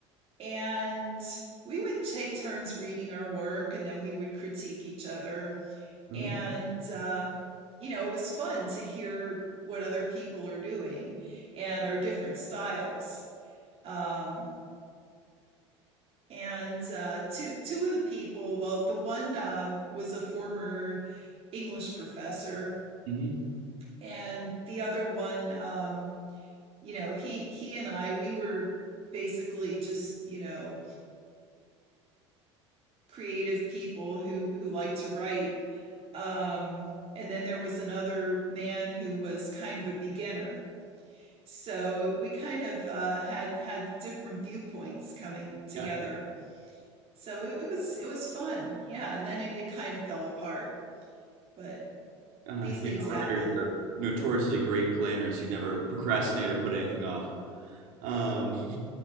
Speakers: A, on the right; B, on the right.
A: And we would take turns reading our work and then we would critique each other.
B: hmm
A: And, uh, you know, it was fun to hear what other people are doing and our different styles. Um, and uh, two two of the people well the one um, was a former english professor
B: hmm
A: and the other one um, you know he he and i we were basically just you know creative people who who like to write um, and then there was another man who was kind of a beginner so we kind of uh, had had different viewpoints coming together
B: Yeah.
A: so it, it was it was fun yeah and then it, it kind of fell apart but
B: Uh,
A: these
B: you
A: things
B: know,
A: happen.
B: writers are notoriously great planners who never procrastinate or put anything off. Um,